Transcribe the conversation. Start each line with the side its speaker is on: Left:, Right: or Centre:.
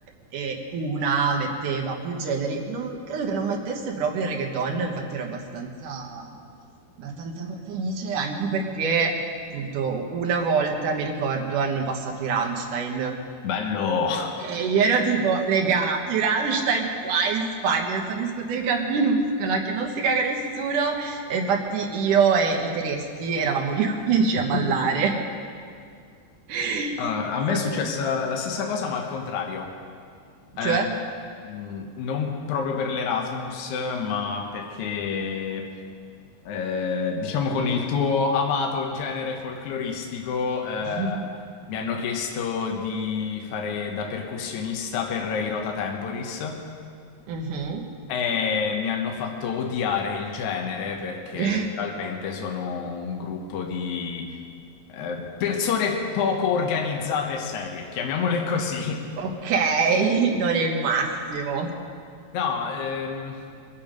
Right: e una metteva più generi. Non- credo che non mettesse proprio il reggaeton, infatti ero abbastanza, abbastanza felice, anche perché appunto una volta mi ricordo hanno passato i Rammstein.
Left: Bello.
Right: E io ero tipo, regà, i Rammstein qua in Spagna, in questa discoteca minuscola che non si caga nessuno. E infatti io e i tedeschi eravamo <laughs> gli unici
Left: <laughs>
Right: a ballare. È
Left: Eh, a
Right: stato-
Left: me è successa la stessa cosa, ma al contrario. Eh,
Right: Cioè?
Left: mh, non proprio per l'Erasmus, ma perché, eh, diciamo, con il tuo amato genere folcloristico, eh,
Right: <laughs>
Left: mi hanno chiesto di fare da percussionista per i Rota Temporis
Right: Mhm.
Left: e mi hanno fatto odiare il genere perché
Right: <laughs>
Left: letteralmente sono un gruppo di, eh, persone poco organizzate e serie, chiamiamole così.
Right: Ok, non il massimo.
Left: No, ehm,